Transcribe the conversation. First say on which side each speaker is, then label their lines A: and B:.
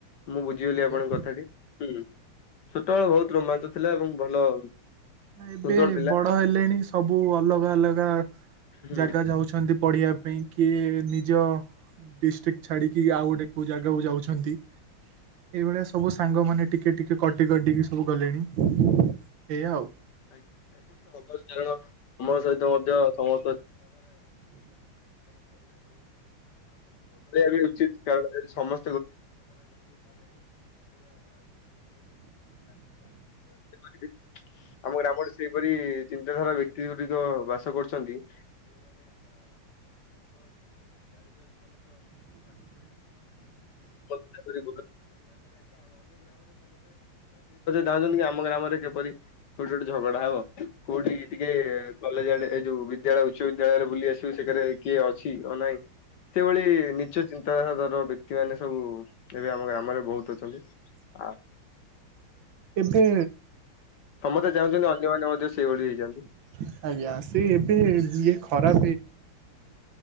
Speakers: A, on the left; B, on the right.
A: <inaudible>
B: ଆଜ୍ଞା ଏବେ
A: ସୁନ୍ଦର ଥିଲା
B: ବଡ଼ ହେଲେଣି, ସବୁ ଅଲଗା ଅଲଗା
A: ହୁଁ।
B: ଜାଗା ଯାଉଛନ୍ତି। ପଢ଼ି କିଏ ନିଜ ଡିଷ୍ଟ୍ରିକ୍ ଛାଡ଼ିକି, ଆଉ ଗୋଟେ କଉ ଜାଗାକୁ ଯାଉଛନ୍ତି। ଏଇ ଭଳିଆ ସବୁ ସାଙ୍ଗ ମାନେ ଟିକେ ଟିକେ କଟି କଟିକି ସବୁ ଗଲେଣି ଏୟା ଆଉ।
A: <inaudible> <inaudible> ଆଉ ଯଦି ବଦଳିବା ବି ଉଚିତ୍‌, କାରଣ ସମ <inaudible> <inaudible> ଆମ ଗ୍ରାମ ସେପରି ଚିନ୍ତାଧାରା ବ୍ୟକ୍ତି ଗୁ----ବାସ କରୁଛନ୍ତି। <inaudible> <inaudible> <inaudible> ଚାକିରି ଧାଉଁ ନ୍ତି, ଆମ ଗ୍ରାମରେ କଉଠି ଗୋଟେ ଝଗଡା ହବ, କଉଠି ଟିକେ କଲେଜ୍‌ ଆଡ଼େ ଏ ଯଉ ବିଦ୍ୟାଳୟ ଉଚ୍ଚ ବିଦ୍ୟାଳୟ ବୁଲି ଆସି। ସେ <inaudible> ସେ--ଭଳି ନିଚ ଚିନ୍ତାଧାର ବ୍ୟକ୍ତି ମାନେ ସବୁ, ଏବେ ଆମ ଗ୍ରାମରେ ବହୁତ୍ ଅଛନ୍ତି। ହଁ
B: ଏବେ
A: ସମ ଚାହୁଁଚନ୍ତି, ଅନ୍ୟମାନେ ମଧ୍ୟ ସେଇଭଳି ହେଇଯାନ୍ତୁ।
B: <inaudible> ଛୁଆ ମାନଙ୍କର